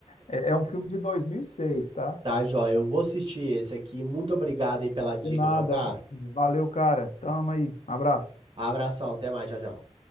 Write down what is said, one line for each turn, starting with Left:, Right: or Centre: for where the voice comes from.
Left: É, é um filme de dois mil e seis tá?
Right: tá, joia. Eu vou assistir esse aqui. Muito obrigado aí pela
Left: De
Right: dica,
Left: nada.
Right: meu caro.
Left: Valeu, cara. Tamo aí. Um abraço.
Right: Abração, até mais, tchau, tchau.